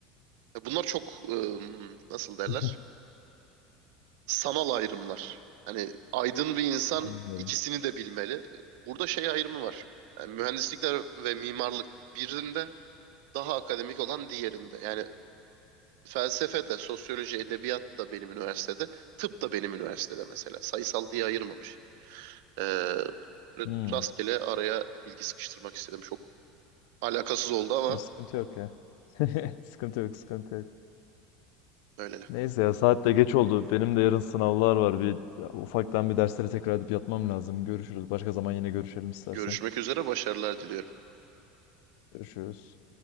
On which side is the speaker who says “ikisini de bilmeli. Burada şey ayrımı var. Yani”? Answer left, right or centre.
Right